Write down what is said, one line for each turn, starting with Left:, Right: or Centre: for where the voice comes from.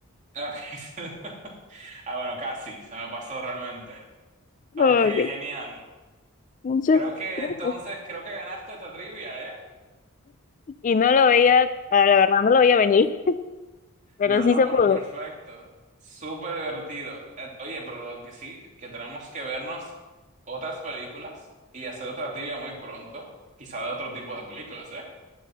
Right: ok. <laughs> Ah, bueno, casi. Se me pasó realmente. Ok,
Left: Oh,
Right: genial.
Left: Ok. Muchas
Right: Creo que
Left: gracias.
Right: entonces, creo que ganaste esta trivia, ¿eh?
Left: Y no lo veía, ah, la verdad, no lo veía venir, pero
Right: No,
Left: sí
Right: no,
Left: se
Right: pero
Left: pudo.
Right: perfecto. Súper divertido. Eh, Oye, pero lo que sí, que tenemos que vernos otras películas y hacer otra trivia muy pronto. Quizá de otro tipo de películas, ¿eh?